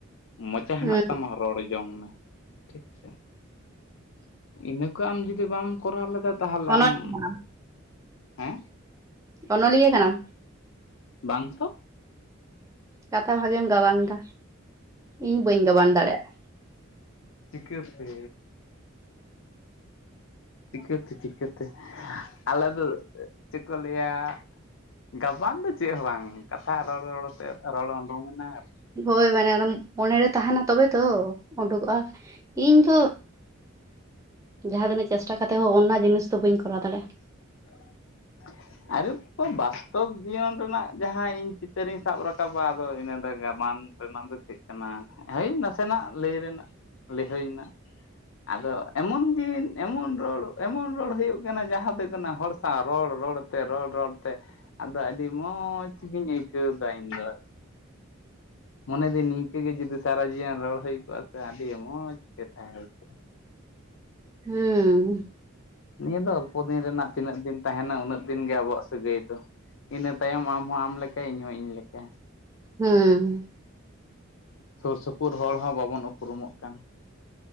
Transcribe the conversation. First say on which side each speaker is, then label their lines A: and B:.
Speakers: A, on the left; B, on the right.
A: ᱢᱚᱪᱟ ᱦᱮᱱᱟᱜ
B: ᱦᱩᱸ
A: ᱛᱟᱢᱟ ᱨᱚᱲ ᱡᱚᱝ ᱢᱮ᱾ ᱴᱷᱤᱠ ᱥᱮ ᱤᱱᱟᱹ ᱠᱚ ᱟᱢ ᱡᱩᱫᱤ ᱵᱟᱢ ᱠᱚᱨᱟᱣ ᱞᱮᱫᱟ ᱛᱟᱦᱚᱞᱮ
B: ᱚᱱᱚᱞᱤᱭᱟᱹ
A: ᱟᱢ
B: ᱠᱟᱱᱟᱢ
A: ᱦᱮᱸ
B: ᱚᱱᱚᱞᱤᱭᱟᱹ ᱠᱟᱱᱟᱢ᱾
A: ᱵᱟᱝ ᱛᱚ᱾
B: ᱠᱟᱛᱷᱟ ᱵᱷᱟᱜᱤᱢ ᱜᱟᱵᱟᱱ ᱫᱟ, ᱤᱧ ᱵᱟᱹᱧ ᱜᱟᱵᱟᱱ ᱫᱟᱲᱮᱭᱟᱜᱼᱟ᱾
A: ᱪᱤᱠᱟᱹ ᱛᱮ? ᱪᱤᱠᱟᱹᱛᱮ? ᱪᱤᱠᱟᱹᱛᱮ? ᱟᱞᱮ ᱫᱚ ᱪᱮᱫ ᱠᱚ ᱞᱟᱹᱭ-ᱟ᱾ ᱜᱟᱵᱟᱱ ᱫᱚ ᱪᱮᱫ ᱦᱚᱸ ᱵᱟᱝ ᱠᱟᱛᱷᱟ ᱨᱚᱲ ᱨᱚᱲᱛᱮ ᱨᱚᱲ ᱩᱰᱩᱠᱮᱱᱟ, ᱟᱨᱠᱤ
B: ᱦᱳᱭ ᱢᱟᱱᱮ ᱚᱱᱟ ᱢᱚᱱᱮᱨᱮ ᱛᱟᱦᱮᱱᱟ ᱛᱚᱵᱮ ᱛᱚ ᱩᱰᱩᱠᱚᱜᱼᱟ ᱤᱧ ᱫᱚ ᱡᱟᱦᱟᱸ ᱛᱤᱹᱜ ᱪᱮᱥᱴᱟ ᱠᱟᱛᱮᱫ ᱦᱚᱸ ᱚᱱᱟ ᱡᱤᱱᱤᱥ ᱫᱚ ᱵᱟᱹᱧ ᱠᱚᱨᱟᱣ ᱫᱟᱲᱮᱭᱟᱜᱼᱟ᱾
A: ᱦ <unintelligible> ᱟᱨ ᱛᱚ ᱵᱟᱥᱛᱚᱵ ᱡᱤᱭᱚᱱ ᱨᱮᱱᱟᱜ ᱡᱟᱦᱟᱸ ᱤᱧ ᱪᱤᱛᱟᱹᱨᱤᱧ ᱥᱟᱵ ᱨᱟᱠᱟᱵᱟ ᱟᱫᱚ ᱤᱱᱟᱹ ᱫᱚ ᱜᱟᱢᱟᱱ ᱨᱮᱱᱟᱜ ᱫᱚ ᱪᱮᱫ ᱠᱟᱱᱟ ᱦᱳᱭ ᱱᱟᱥᱮᱱᱟᱜ ᱞᱟᱹᱭ ᱨᱮᱱᱟᱜ ᱞᱟᱹᱭᱦᱟᱹᱭᱱᱟ᱾ ᱟᱫᱚ ᱮᱢᱚᱱ ᱫᱤᱱ ᱮᱢᱚᱱ ᱨᱚᱲ ᱮᱢᱚᱱ ᱨᱚᱲ ᱦᱩᱭᱩᱜ ᱠᱟᱱᱟ ᱡᱟᱦᱟᱸ ᱫᱚ ᱠᱟᱱᱟ᱾ ᱦᱚᱲ ᱥᱟᱶ ᱨᱚᱲ ᱨᱚᱲ ᱛᱮ ᱨᱚᱲ ᱨᱚᱲ ᱛᱮ ᱟᱫᱚ ᱟᱹᱰᱤ ᱢᱚᱡᱽ ᱜᱤᱧ ᱟᱹᱭᱠᱟᱹᱣ ᱫᱟ ᱤᱧ ᱫᱚ ᱢᱚᱱᱮ ᱫᱤᱧ ᱱᱤᱝᱠᱟᱹᱜ ᱜᱮ ᱡᱩᱫᱤ ᱥᱟᱨᱟ ᱡᱤᱭᱚᱱ ᱨᱚᱲ ᱦᱩᱭ ᱠᱚᱜᱼᱟ ᱥᱮ ᱟᱹᱰᱤ ᱢᱚᱸᱡᱽ ᱜᱮ ᱛᱟᱦᱮᱸ ᱦᱩᱭ ᱠᱚᱜᱼᱟ᱾
B: ᱦᱮᱸ
A: ᱱᱤᱭᱟᱹ ᱫᱚ ᱚᱞᱯᱚ ᱫᱤᱱ ᱨᱮᱱᱟᱜ ᱛᱤᱱᱟᱹᱜ ᱫᱤᱱ ᱛᱟᱦᱮᱱᱟ ᱩᱱᱟᱹᱜ ᱫᱤᱱ ᱜᱮ ᱟᱵᱚᱣᱟᱜ ᱥᱟᱹᱜᱟᱹᱭ ᱫᱚ ᱤᱱᱟᱹ ᱛᱟᱭᱚᱢ ᱟᱢᱦᱚ ᱟᱢ ᱞᱮᱠᱟ ᱤᱧᱦᱚ ᱤᱧ ᱞᱮᱠᱟ᱾
B: ᱦᱮᱸ
A: ᱥᱩᱨ ᱥᱩᱯᱩᱨ ᱦᱚᱲ ᱦᱚᱸ ᱵᱟᱵᱚᱱ ᱩᱯᱨᱩᱢᱚᱜ ᱠᱟᱱ,